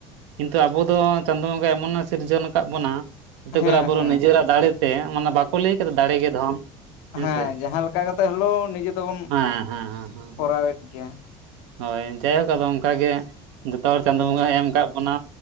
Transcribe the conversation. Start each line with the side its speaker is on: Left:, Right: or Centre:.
Right: ᱠᱤᱱᱛᱩ ᱟᱵᱚ ᱫᱚ ᱪᱟᱸᱫᱳ ᱵᱚᱸᱜᱟ ᱮᱢᱚᱱᱮ ᱥᱤᱨᱡᱚᱱ ᱟᱠᱟᱫ ᱵᱚᱱᱟ ᱟᱛᱩ
Left: ᱦᱮᱸ
Right: ᱠᱚᱨᱮ ᱵᱩᱨᱩ
Left: ᱦᱮᱸ
Right: ᱱᱤᱡᱮᱨᱟᱜ ᱫᱟᱲᱮᱛᱮ ᱢᱟᱱᱮ ᱵᱟᱠᱚ ᱞᱟᱹᱭ ᱠᱮᱫᱟ ᱫᱟᱲᱮᱜ ᱜᱮ ᱫᱷᱚᱱ ᱦᱮᱸᱥᱮ
Left: ᱦᱮᱸ ᱡᱟᱦᱟᱸ ᱞᱮᱠᱟ ᱠᱟᱛᱮᱜ ᱦᱚᱞᱳ ᱱᱤᱡᱮ ᱛᱮᱵᱚᱱ
Right: ᱦᱮᱸ ᱦᱮᱸ ᱦᱮᱸ ᱦᱮᱸ
Left: ᱠᱚᱨᱟᱣᱮᱫ ᱜᱮᱭᱟ᱾
Right: ᱦᱳᱭ ᱡᱟᱭᱦᱳᱠ ᱟᱫᱚ ᱚᱱᱠᱟᱜᱮ ᱡᱷᱚᱛᱚ ᱦᱚᱲ ᱪᱟᱸᱫᱳ
Left: ᱦᱮᱸ
Right: ᱵᱚᱸᱜ ᱮᱢ ᱟᱠᱟᱫ ᱵᱚᱱᱟ᱾